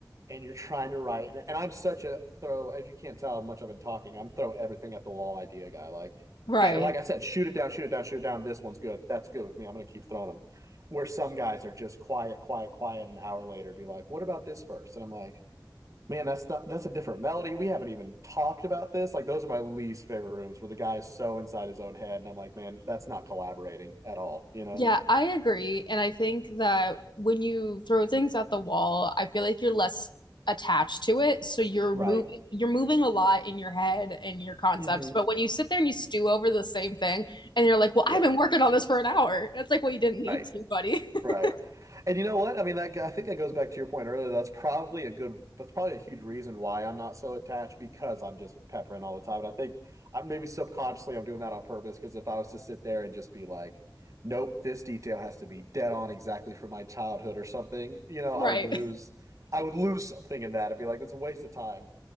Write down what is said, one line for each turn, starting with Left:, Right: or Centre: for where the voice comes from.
Right: and you're trying to write. And, and I'm such a throw, if you can't tell how much I've been talking, I'm throw everything at the wall idea guy. Like,
Left: Right.
Right: and like I said, shoot it down, shoot it down, shoot it down. This one's good. That's good with me. I'm gonna keep throwing them. Where some guys are just quiet, quiet, quiet, an hour later be like, what about this verse? And I'm like, Man, that's not that's a different melody. We haven't even talked about this. Like those are my least favorite rooms where the guy is so inside his own head and I'm like, man, that's not collaborating at all, you know?
Left: Yeah, I agree. And I think that when you throw things at the wall, I feel like you're less attached to it. So you're
Right: Right.
Left: moving you're moving a lot in your head and your concepts.
Right: hmm
Left: But when you sit there and you stew over the same thing and you're like, well,
Right: Yeah.
Left: I've been working on this for an hour. It's like, well, you didn't need
Right: Right.
Left: to, buddy. <laughs>
Right: Right. And you know what? I mean, that I think that goes back to your point earlier. That's probably a good, that's probably a huge reason why I'm not so attached because I'm just peppering all the time. And I think I am maybe subconsciously I'm doing that on purpose because if I was to sit there and just be like, nope, this detail has to be dead on exactly from my childhood or something, you know,
Left: Right.
Right: I would lose, I would lose something in that. I'd be like, it's a waste of time.